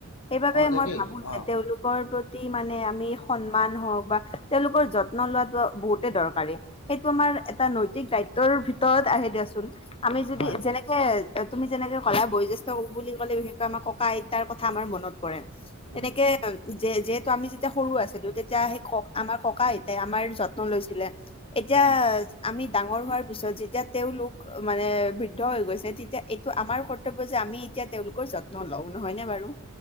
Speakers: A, on the left; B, on the left.
A: সেইবাবে
B: অঁ তাকেই
A: মই ভাবো
B: অঁ
A: যে তেওঁলোকৰ প্ৰতি প্ৰতি মানে আমি সন্মান হওঁক বা তেওঁলোকৰ যত্ন লোৱাটো বহুতে দৰকাৰী। সেইটো আমাৰ এটা নৈতিক দায়িত্বৰ ভিতৰত আহে দিয়াচোন। আমি যদি
B: হয়
A: যেনেক তুমি যেনেকে ক'লা বয়োজ্যষ্ঠ বুলি ক'লে বিশেষকৈ আমাৰ ককা আইতাৰ কথা আমাৰ মনত পৰে। তেনেকে
B: উম
A: যে যিহেতু আমি যেতিয়া সৰু আছিলো তেতিয়া সেই আমাৰ ককা আইতাই আমাৰ যত ন লৈছিলে, এতিয়া
B: উম
A: আমি ডাঙৰ হোৱাৰ পিছত যেতিয়া তেওঁলোক মানে বৃদ্ধ হৈ গৈছে তেতিয়া এইটো আমাৰ কৰ যে আমি এতিয়া তেওঁলোকৰ যত্ন লওঁ নহয় নে বাৰু?